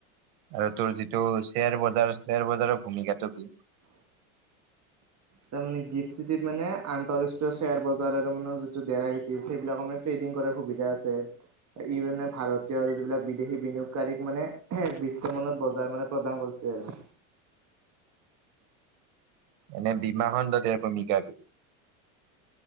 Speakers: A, on the right; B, on the right.
A: আৰু তোৰ যিটো শ্বেয়াৰ বজাৰ শ্বেয়াৰ বজাৰৰ ভূমিকাটো কি।
B: তাৰ মানে গিফ্ট চিটিত মানে আন্তঃৰাষ্ট্ৰীয় শ্বেয়াৰ বজাৰৰ মানে যিটো ডেৰা, সেইবিলাকৰ মানে ট্ৰেডিং কৰাৰ সুবিধা আছে। ইউৰেনে ভাৰতীয় আৰু যিবিলাক বিদেশী বিনিয়োগ কাৰীক মানে, বিশ্বমানত বজাৰ মানে, প্ৰদান কৰিছে আৰু
A: এনে, বীমা খণ্ডত ইয়াৰ ভূমিকা কি?